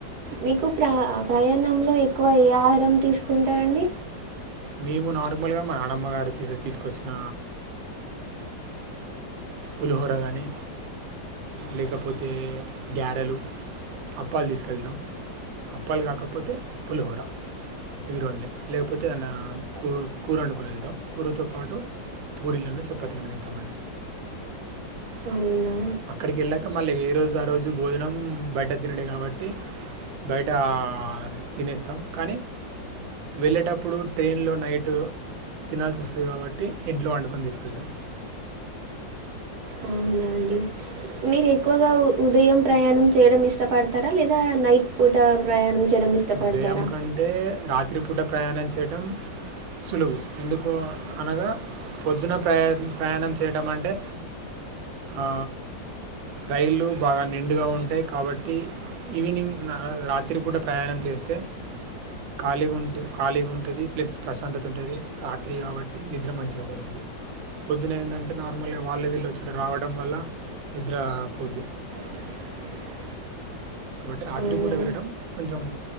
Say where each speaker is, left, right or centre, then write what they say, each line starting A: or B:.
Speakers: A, on the right; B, on the right.
A: మీకు ప్ర ప్రయాణంలో ఎక్కువ ఏ ఆహారం తీసుకుంటారండి
B: మేము నార్మల్గా మా నాన్నమ్మగారు తీ తీసుకొచ్చిన పులిహోర గానీ లేకపోతే గ్యారెలు అప్పాలు తీసుకెళ్తాం అప్పాలు కాకపోతే పులిహోర ఇవి రెండే లేకపోతే ఆన కూ కూర వండుకుని వెళ్తాం కూరతో పాటు పూరీలన్న చపాతీలన్న తింటాం
A: అవునా
B: అక్కడికి వెళ్ళాక మళ్ళీ ఏ రోజు ఆ రోజు భోజనం బయట తినడే కాబట్టి బయట తినేస్తాం కానీ వెళ్ళేటప్పుడు ట్రైన్లో నైట్ తినాల్సి వస్తుంది కాబట్టి ఇంట్లో వండుకొని తీసుకెళ్తాం
A: అవునాండి మీరు ఎక్కువగా ఉదయం ప్రయాణం చేయడం ఇష్టపడతారా లేదా నైట్ పూట ప్రయాణం చేయడం ఇష్టపడతారా?
B: ఉదయం కంటే రాత్రిపూట ప్రయాణం చేయటం సులువు ఎందుకు అనగా పొద్దున ప్రయా ప్రయాణం చేయడం అంటే ఆ రైళ్లు బాగా నిండుగా ఉంటాయి కాబట్టి ఈవినింగ్ రాత్రిపూట ప్రయాణం చేస్తే ఖాళీ ఖాళీగా ఉంటుంది ప్లస్ ప్రశాంతత ఉంటుంది రాత్రి కాబట్టి నిద్ర మంచిగా పడతది పొద్దున ఏంటంటే నార్మల్గా వాళ్ళ వీళ్ళు వచ్చా రావడం వల్ల నిద్రపోద్ది
A: <inaudible>
B: కాబట్టి రాత్రిపూట
A: అవునా?
B: వెళ్ళడం కొంచెం